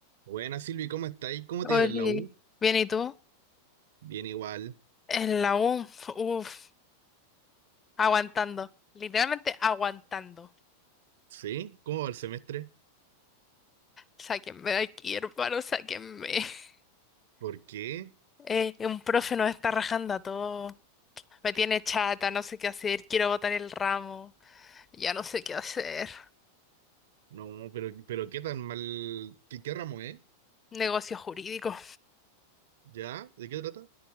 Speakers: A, on the right; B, on the left.
A: Buenas Silvi, ¿cómo estáis? ¿Cómo
B: Oli,
A: te ha ido en la U?
B: bien, ¿y tú?
A: Bien igual.
B: En la U, uff, aguantando, literalmente aguantando.
A: ¿Sí? ¿Cómo va el semestre?
B: Sáquenme de aquí, hermano, sáquenme. <laughs>
A: ¿Por qué?
B: Eh, un profe nos está rajando a todos, me tiene chata, no sé qué hacer, quiero botar el ramo, ya no sé qué hacer.
A: No, pero, pero ¿qué tan mal? ¿Qué, qué ramo es?
B: Negocios jurídicos.
A: ¿Ya? ¿De qué trata?